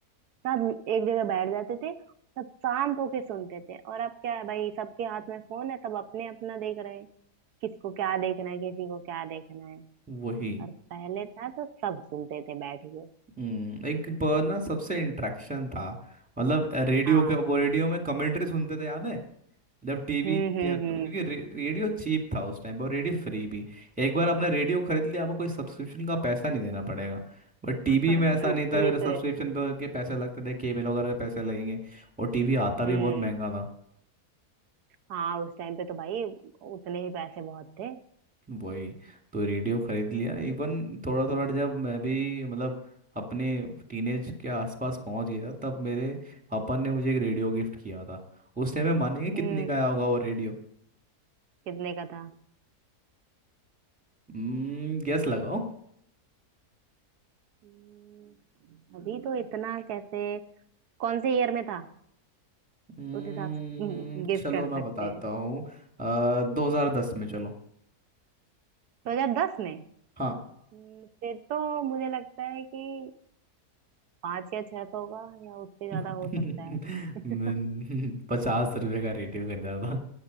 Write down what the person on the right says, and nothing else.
सब एक जगह बैठ जाते थे सब शांत होके सुनते थे और अब क्या है भाई सबके हाथ में फोन है सब अपने अपना देख रहे हैं किसको क्या देखना है किसी को क्या देखना है
और पहले था तो सब सुनते थे बैठ के
हाँ
हम्म हम्म
हम्म
<laughs>
ये
तो
है
हम्म
हाँ उस टाइम पे तो भाई उतने ही पैसे बहुत थे
हम्म
कितने का था
हम्म। अभी तो इतना कैसे कौन से ईयर में था
उस हिसाब से गेस
कर
सकते
हैं
दो हजार दस में
हम्म, फिर तो मुझे लगता है कि पांच या छह तो होगा या उससे ज्यादा
हो सकता है <laughs>